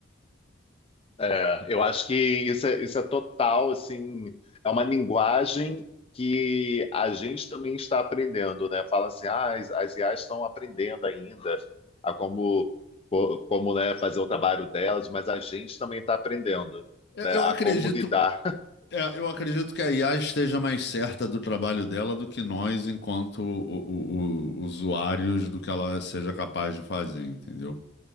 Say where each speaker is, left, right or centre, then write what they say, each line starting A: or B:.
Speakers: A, on the left (about 30°); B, on the left (about 60°).
A: É, eu acho que isso é, isso é total, assim, é uma linguagem que a gente também está aprendendo, né? Fala assim, ah, as, as IAs estão aprendendo ainda a como, co- como, né, fazer o trabalho delas, mas a gente também está aprendendo,
B: Eu,
A: né,
B: eu
A: a
B: acredito,
A: como lidar.
B: é, eu acredito que a IA esteja mais certa do trabalho dela do que nós, enquanto o- o- o- usuários, do que ela seja capaz de fazer, entendeu?